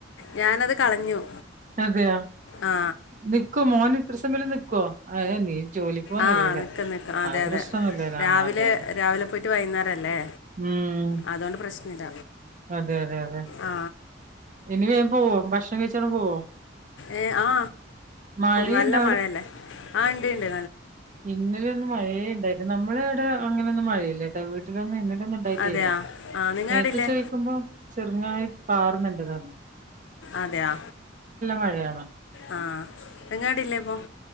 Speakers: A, on the left; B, on the right.
A: ഞാനത് കളഞ്ഞു
B: അതെയ
A: ആ
B: നിക്കോ മോന് ഇത്ര സമലം നിക്കുവോ ആ നീ ജോലിക്ക് പോന്നല്ലേ
A: ആഹ്
B: അല്ലേ
A: നിക്കും നിക്കും അതെ
B: ആ പ്രശ്നമൊന്നുമില്ലല്ലോ
A: അതെ രാവിലെ
B: ആ അതെ അതെ
A: രാവിലെ പോയിട്ട് വൈഴിന്നേരല്ലേ?
B: ഉം
A: അതുകൊണ്ട് പ്രശ്നില്ല.
B: അതെ അതെ അതെ
A: ആ
B: ഇനി വേഗം പോവോ ഭക്ഷണം കഴിച്ചാണ്ട് പോവോ
A: ഏ ആ
B: മഴയുണ്ട
A: നല്ല മഴയല്ലേ ആഹ് ഇണ്ട് ഇണ്ട്.
B: ഇന്നല്ലേന്ന് മഴയേ ഉണ്ടായിരുന്നു നമ്മള് അവിടെ അങ്ങനെയൊന്നും മഴയില്ലേട്ടാ വീട്ടിലൊന്ന് ഇ <inaudible> ണ്ടായിട്ടേ
A: അതെയാ
B: ഇല്ല.
A: ആ നിങ്ങൾ
B: നേരത്തെ
A: ഇടില്ലേ
B: ചോദിക്കുമ്പോ ചെറുങ്ങായി പാറുന്നുണ്ടന്ന് പറഞ്ഞു
A: അതെ ആ
B: മഴയാണ്
A: ആ എങ്ങാടില്ലേ ഇപ്പോം